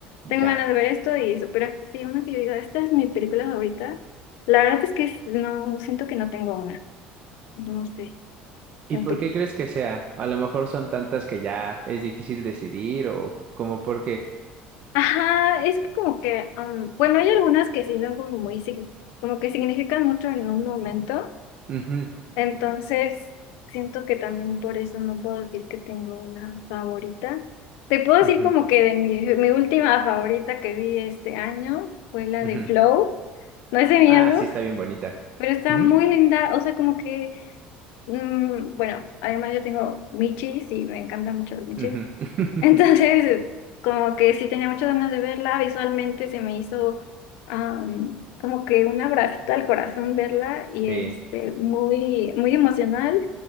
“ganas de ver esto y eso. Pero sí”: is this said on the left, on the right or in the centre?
Left